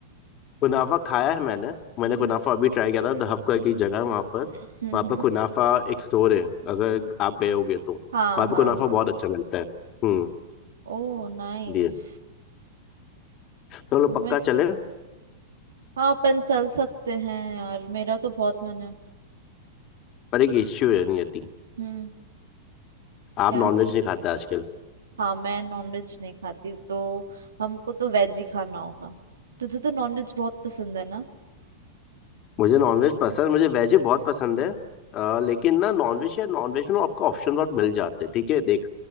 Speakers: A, on the left; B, on the right.
A: कुनाफा खाया है मैंने मैंने
B: हम्म
A: कुनाफा अभी ट्राई किया था द हब करके एक जगह है वहाँ पर
B: हम्म
A: वहाँ
B: हम्म।
A: पर कुनाफा एक स्टोर है अगर आप गए होगे तो वहाँ
B: हाँ हाँ
A: पे कुनाफा
B: हाँ
A: बहुत अच्छा मिलता है हम्म
B: Oh nice
A: इसलिए तो हम लोग
B: मैं
A: पक्का चले
B: हाँ अपन चल सकते हैं यार मेरा तो बहुत मन है
A: पर एक इश्यू है नहीं आती
B: हम्म क्या
A: आप नॉनवेज नहीं खाते आजकल
B: हाँ मैं नॉनवेज नहीं खाती तो हमको तो वेज ही खाना होगा तुझे तो नॉनवेज बहुत पसंद है ना
A: मुझे नॉनवेज पसंद मुझे वेज ही बहुत पसंद है अ, लेकिन ना नॉनवेज या नॉनवेज में ना आपको ऑप्शन बहुत मिल जाते हैं ठीक है देख